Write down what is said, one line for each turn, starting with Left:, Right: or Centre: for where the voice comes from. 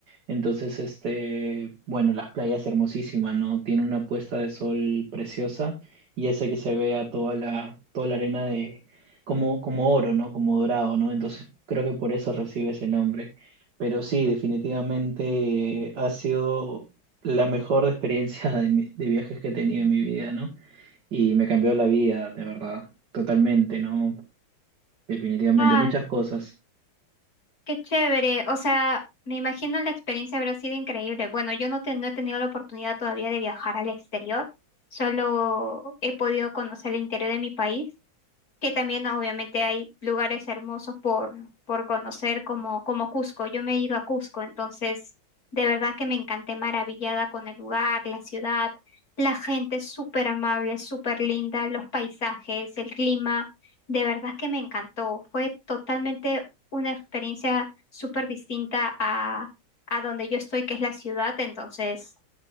Right: Entonces, este, bueno, las playas hermosísimas, ¿no? Tiene una puesta de sol preciosa y hace que se vea toda la, toda la arena de, como, como oro, ¿no? Como dorado, ¿no? Entonces, creo que por eso recibe ese nombre. Pero sí, definitivamente ha sido la mejor experiencia de, mi- de viajes que he tenido en mi vida, ¿no? Y me cambió la vida, de verdad, totalmente, ¿no? Definitivamente,
Left: Ah,
Right: muchas cosas.
Left: Qué chévere, o sea, me imagino la experiencia habrá sido increíble. Bueno, yo no, te- no he tenido la oportunidad todavía de viajar al exterior, solo he podido conocer el interior de mi país, que también ah, obviamente hay lugares hermosos por, por conocer como, como Cusco. Yo me he ido a Cusco, entonces de verdad que me encanté maravillada con el lugar, la ciudad, la gente es súper amable, súper linda, los paisajes, el clima, de verdad que me encantó. Fue totalmente una experiencia súper distinta a, a donde yo estoy, que es la ciudad, entonces